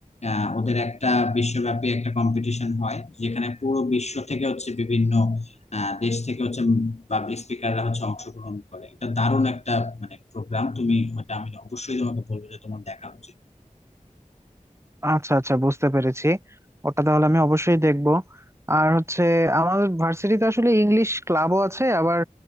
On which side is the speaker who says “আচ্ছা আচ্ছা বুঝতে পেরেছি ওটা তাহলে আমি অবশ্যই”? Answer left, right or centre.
Right